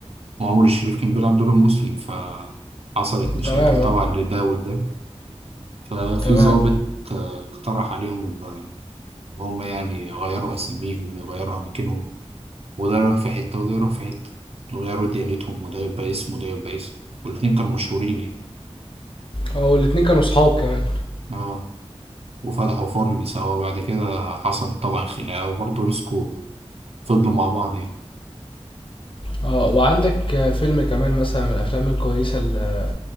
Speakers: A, on the right; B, on the left.
A: وعمر الشريف كان بيلعب دور المسلم فحصلت مشاكل
B: تمام
A: طبعا
B: اه
A: لده ولده ففي
B: تمام
A: ضابط آه، اقترح عليهم ال- هم يعني يغيروا أساميهم يغيروا أماكنهم وده يروح في حتة وده يروح في حتة وغيروا ديانتهم وده يبقى اسم وده يبقى اسم والاتنين كانوا مشهورين يعني
B: اه والاتنين كانوا صحاب كمان
A: اه وفتحوا فرن سوا بعد كده حصلت طبعا خناقة وبرضه مسكوا فضلوا مع بعض يعني
B: اه وعندك آه، فيلم كمان مثلا من الافلام الكويسه ل-